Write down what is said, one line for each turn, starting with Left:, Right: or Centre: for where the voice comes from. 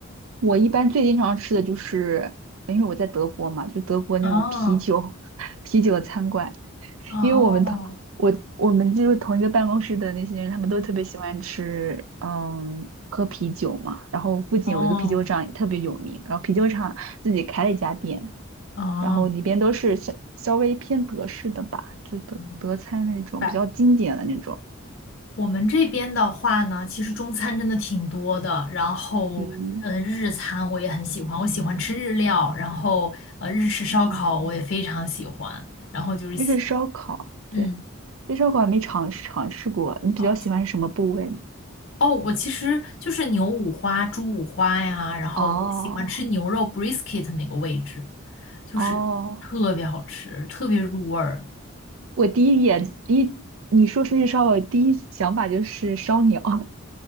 Right: 我一般最经常吃的就是，因为我在德国嘛，就德国那种啤酒
Left: 哦
Right: <laughs> 啤酒餐馆，
Left: 哦
Right: 因为我们同我我们就是同一个办公室的那些人，他们都特别喜欢吃，嗯，喝啤酒嘛。然后附近有一个啤酒厂也特别有名，
Left: 哦
Right: 然后啤酒厂自己开了一家店，
Left: 哦。
Right: 然后里边都是稍稍微偏德式的吧，就德德餐那种比较经典的那种，
Left: 明白我们这边的话呢，其实中餐真的挺多的，然后呃，
Right: 嗯，
Left: 日餐我也很喜欢，我喜欢吃日料，然后呃，日式烧烤我也非常喜欢，
Right: 啊，
Left: 然后就是喜，
Right: 日式烧烤，对，
Left: 嗯，
Right: 日式烧烤还没尝试尝试过。你比较喜欢什么部位？
Left: 哦哦，我其实就是牛五花、猪五花呀，然后我喜欢吃牛肉
Right: 哦
Left: brisket 那个位置，就是特别好吃，
Right: 哦
Left: 特别入味儿。
Right: 我第一眼第一，你说出去烧烤，我第一想法就是烧鸟。<laughs>